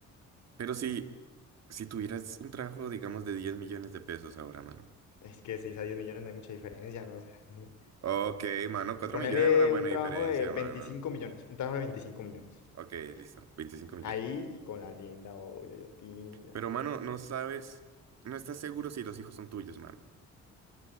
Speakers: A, on the right; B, on the left.
A: pero si, si tuvieras un trabajo, digamos, de 10 millones de pesos ahora, mano.
B: Es que 6 a 10 millones no hay mucha diferencia, ¿no? O sea, <laughs>
A: Ok, mano, 4
B: ponerle
A: millones es una buena
B: un
A: diferencia,
B: trabajo de veinticinco
A: mano.
B: millones, un trabajo de 25 millones.
A: Ok, listo, 25 millones.
B: Ahí con la linda, o Yoyotín, ya.
A: Pero, mano, no
B: te-
A: sabes, no estás seguro si los hijos son tuyos, mano.